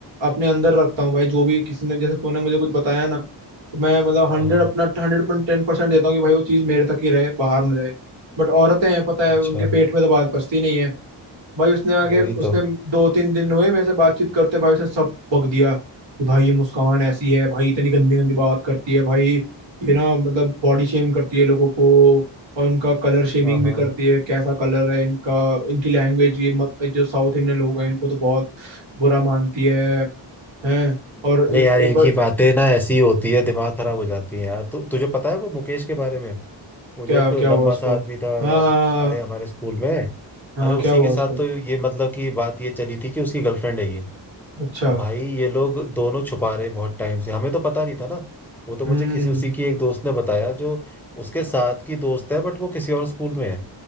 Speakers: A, on the right; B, in the centre.
A: अपने अंदर रखता हूँ भाई जो भी किसी ने जैसे तूने मुझे कुछ बताया ना तो मैं मतलब
B: हाँ
A: हंड्रेड
B: हाँ
A: अपना हंड्रेड पॉइंट टेन परसेंट देता हूँ कि भाई वो चीज़ मेरे तक ही रहे बाहर ना जाए बट औरतें हैं पता
B: अच्छा
A: है उनके पेट में तो बात पचती नहीं है भाई उसने आके
B: वही
A: उसने
B: तो
A: दो तीन दिन हुए मेरे से बातचीत करते भाई उसने सब बक दिया कि भाई ये मुस्कान ऐसी है भाई इतनी गंदी गंदी बात करती है भाई ये ना मतलब बॉडी शेम करती है लोगों को और उनका कलर शेमिंग
B: हाँ
A: भी
B: हाँ
A: करती है कैसा कलर है इनका इनकी लैंग्वेज ये मत, जो साउथ इंडियन लोग हैं इनको तो बहुत बुरा मानती है हैं और
B: अरे
A: एक,
B: यार
A: एक
B: इनकी
A: बार
B: बातें ना ऐसी होती है दिमाग खराब हो जाती है यार तु, तुझे पता है वो मुकेश के बारे में वो
A: क्या
B: जो एक
A: क्या
B: लंबा
A: हुआ उसको
B: सा आदमी था
A: हाँ हाँ
B: यार
A: हाँ
B: अरे हमारे स्कूल में
A: हाँ,
B: अरे
A: हाँ,
B: उसी
A: क्या हुआ
B: के साथ
A: उसको
B: तो ये मतलब कि बात ये चली थी कि उसकी गर्लफ्रेंड है ये
A: अच्छा
B: अब भाई ये लोग दोनों छुपा रहे बहुत टाइम से हमें तो पता नहीं था ना वो तो
A: हम्म
B: मुझे किसी उसी की एक दोस्त ने बताया जो उसके साथ की दोस्त है बट वो किसी और स्कूल में है